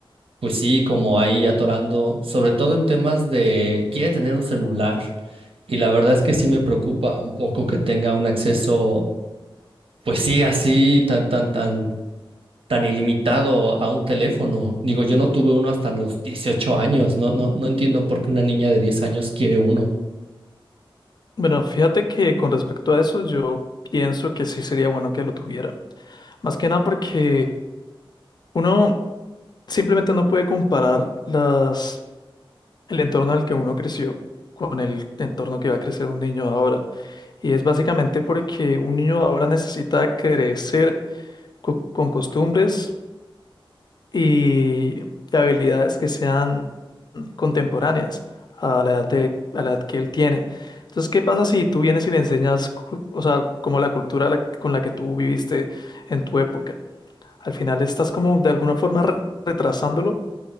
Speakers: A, on the right; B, on the left.
A: pues sí, como ahí atorando. Sobre todo en temas de quiere tener un celular. Y la verdad es que sí me preocupa un poco que tenga un acceso. Pues sí, así tan, tan, tan, tan ilimitado a un teléfono. Digo, yo no tuve uno hasta los 18 años. No, no, no entiendo por qué una niña de 10 años quiere uno.
B: Bueno, fíjate que con respecto a eso, yo pienso que sí sería bueno que lo tuviera. Más que nada porque uno simplemente no puede comparar las, el entorno al que uno creció con el entorno que va a crecer un niño de ahora. Y es básicamente porque un niño de ahora necesita crecer co- con costumbres y habilidades que sean contemporáneas a la edad de, a la edad que él tiene. Entonces, ¿qué pasa si tú vienes y le enseñas, cu- o sea, como la cultura la- con la que tú viviste en tu época? Al final estás como de alguna forma re- retrasándolo